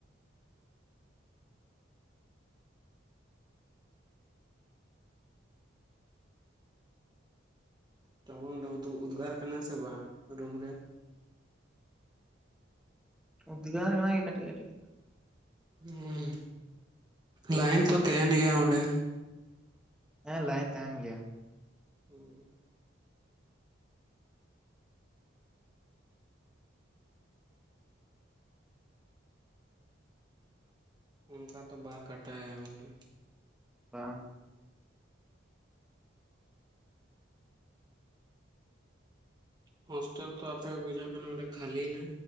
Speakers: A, on the right; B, in the centre.
A: ᱴᱚᱵᱚᱱ ᱫᱚ ᱩᱫᱽᱜᱟᱨ ᱠᱟᱱᱟ ᱥᱮ ᱵᱟᱝ ᱨᱩᱢ ᱨᱮ
B: ᱚᱫᱜᱟᱭ ᱚᱭ ᱠᱟᱹᱴᱤᱡ - ᱠᱟᱹᱴᱤᱡ
A: ᱦᱩᱸ! ᱞᱟᱭᱤᱱ ᱛᱚ ᱛᱟᱦᱮᱱ ᱜᱮᱭᱟ ᱚᱰᱮ᱾
B: ᱦᱮᱸ ᱞᱟᱭᱤᱱ ᱛᱟᱦᱮᱱ ᱜᱮᱭᱟ᱾
A: ᱦᱩᱸ ᱚᱱᱠᱟ ᱛᱚ ᱵᱟᱝ ᱠᱟᱴᱟᱭ ᱚᱱᱰᱮ
B: ᱵᱟᱝ
A: ᱦᱚᱳᱥᱴᱮᱞ ᱛᱚ ᱟᱯᱮ ᱵᱩᱡᱷᱟᱹᱜ ᱠᱟᱱᱟ ᱚᱸᱰᱮ ᱠᱷᱟᱹᱞᱤᱭᱮᱱᱟ